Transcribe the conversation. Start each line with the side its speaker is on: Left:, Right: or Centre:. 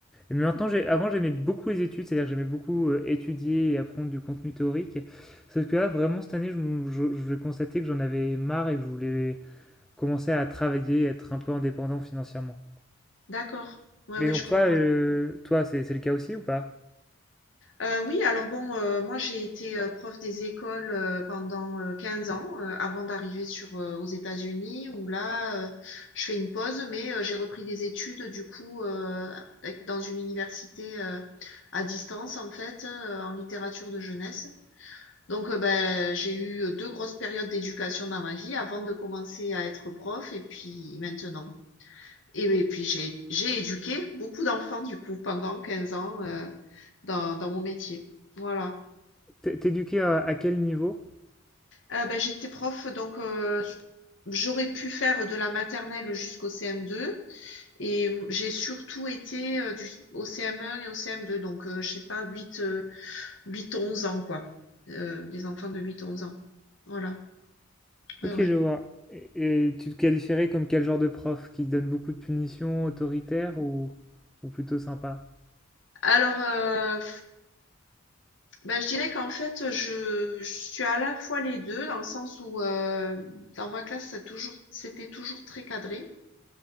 Centre: mais maintenant, j'ai, avant, j'aimais beaucoup les études, c'est-à-dire que j'aimais beaucoup euh, étudier et apprendre du contenu théorique. Sauf que là, vraiment, cette année, je, me- je, je vais constater que j'en avais marre et que je voulais commencer à travailler, être un peu indépendant financièrement.
Left: d'accord. Ouais,
Centre: Et
Left: ouais,
Centre: donc,
Left: je comprends.
Centre: toi, euh, toi, c'est c'est le cas aussi ou pas?
Left: Heu, oui, alors bon, heu, moi j'ai été, heu, prof des écoles, heu, pendant, heu, 15 ans, heu, avant d'arriver sur, heu, aux États-Unis où là, heu, je fais une pause, mais, heu, j'ai repris des études du coup, heu, avec dans une université, heu, à distance en fait, heu, en littérature de jeunesse. Donc, heu, bah, j'ai eu, euh, 2 grosses périodes d'éducation dans ma vie avant de commencer à être prof et puis maintenant. Et et puis j'ai j'ai éduqué beaucoup d'enfants du coup pendant 15 ans, heu, dans dans mon métier. Voilà.
Centre: T'es t'es éduqué à à quel niveau?
Left: Heu, bah, j'étais prof donc heu, j'aurais pu faire de la maternelle jusqu'au CM2 et mmh, j'ai surtout été, heu, du s au CM1 et au CM2 donc heu, je sais pas huit, heu, 8-11 ans quoi, heu, des enfants de huit onze ans. Voilà, ouais,
Centre: Ok,
Left: ouais.
Centre: je vois. Et, et tu te qualifierais comme quel genre de prof? Qui donne beaucoup de punitions, autoritaire ou, ou plutôt sympa?
Left: Alors, heu, bah, je dirais qu'en fait, je je suis à la fois les 2, dans le sens où, heu, dans ma classe ça toujours c'était toujours très cadré.